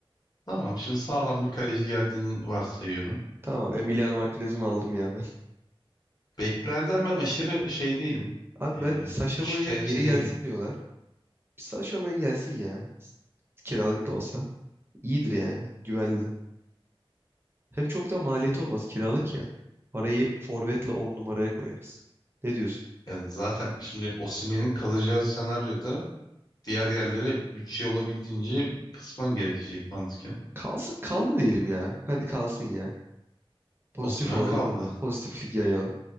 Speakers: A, on the left; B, on the right.
A: Tamam. Şimdi sağlam bir kaleci geldiğini varsayıyorum.
B: Tamam Emiliano Martinez'i mi aldım ya ben.
A: Beklerden ben aşırı şey değilim.
B: <laughs> Abi
A: Ee,
B: ben Sacha
A: şikayetçi
B: Boey'e geri
A: değilim.
B: gelsin diyorlar. Sacha Boey gelsin ya. Kiralık da olsa. İyidir yani. Güvenli. Hem çok da maliyeti olmaz kiralık ya. Parayı forvetle 10 numaraya koyarız. Ne diyorsun?
A: Ya zaten şimdi Osimhen'in kalacağı senaryoda diğer yerlere bütçe olabildiğince kısman gerekecek mantıken.
B: Kalsın, kaldı diyelim ya. Hadi kalsın ya. Pozitif
A: Osimhen
B: olalım.
A: kaldı.
B: Pozitiflik yayalım.